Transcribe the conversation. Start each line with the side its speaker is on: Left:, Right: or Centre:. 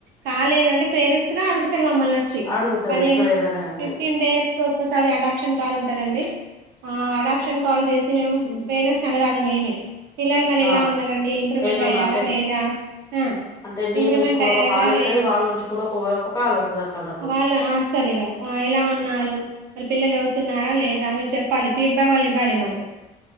Right: కాలేదు అంటే పేరెంట్స్ కూడా అడుగుతారు మమ్మల్ని వచ్చి
Left: అడుగుతారు
Right: పదిహేన్
Left: ఎట్లా లేదనా గాని
Right: ఫిఫ్టీన్ డేస్ ఒకసారి అడాప్షన్ కాల్ ఉంటదండి ఆ అడాప్షన్ కాల్ చేసి మేము పేరెంట్స్ నీ అడగాలి మేమే పిల్లలు మరి ఎలా
Left: ఆ
Right: ఉన్నారండి ఇంప్రూవ్మెంట్
Left: ఏలోన
Right: అయ్యారా
Left: అంటే
Right: లేదా ఆ
Left: అంటే మీ
Right: ఇంప్రూవ్మెంట్
Left: నుంచి కూడా
Right: అయ్యారా
Left: ఒక కాల్ వెళ్తది
Right: లేద్
Left: వాళ్ళ నుంచి కూడా ఒక ఒక కాల్ వస్తది అట్లా అన్నట్టు
Right: వాళ్ళు ఆస్తరిగా ఎలా ఉన్నారు వాళ్ళ పిల్లచదువుతున్నారా లేదా అని చెప్పాలి ఫీడ్బ్యాక్ వాళ్ళు ఇవ్వాలి మాకు